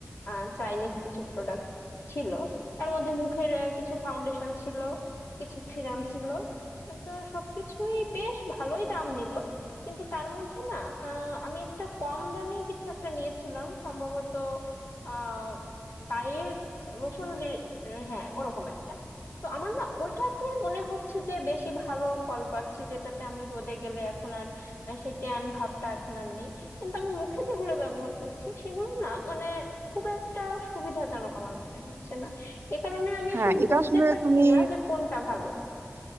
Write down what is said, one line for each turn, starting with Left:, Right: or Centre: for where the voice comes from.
Left: আহ, চাইনিজ কিছু প্রোডাক্ট ছিল তার মধ্যে মুখের আহ, কিছু ফাউন্ডেশন ছিল কিছু সিরাম ছিল আহ, তো সবকিছুই বেশ ভালোই দাম নিল কিন্তু তার মধ্যে না আহ, আমি একটা কম দামি কিছু একটা নিয়েছিলাম সম্ভবত আহ গায়ের লোশন লে- হ্যাঁ ওরকম একটা তো আমার না ওটাতে মনে হচ্ছে যে বেশি ভালো ফল পাচ্ছি যেটাতে আমি রোদে গেলে এখন আর আহ, সেই ট্যান ভাবটা এখন আর নেই কিন্তু আমি মুখে যেগুলো ব্যবহার করছি সেগুলো না মানে খুব একটা সুবিধাজনক আমার মনে হচ্ছে না এ কারণে আমি
Right: হ্যাঁ
Left: আসলে
Right: এটা
Left: বুঝতে
Right: আসলে
Left: পারছি
Right: তুমি
Left: না যে কোনটা ভালো